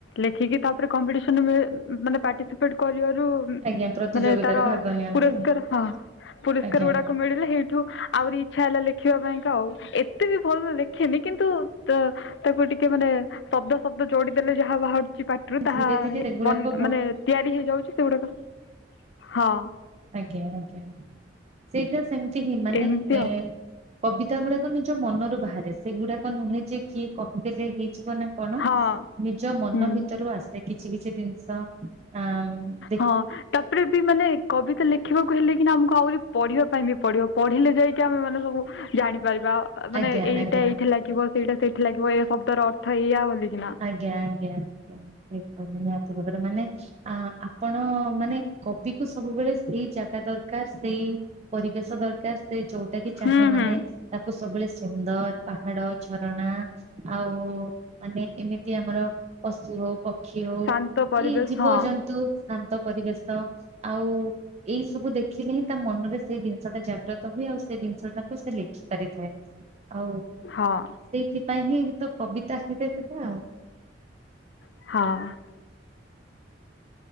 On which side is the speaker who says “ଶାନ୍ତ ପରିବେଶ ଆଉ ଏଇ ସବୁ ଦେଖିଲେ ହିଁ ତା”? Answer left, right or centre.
Right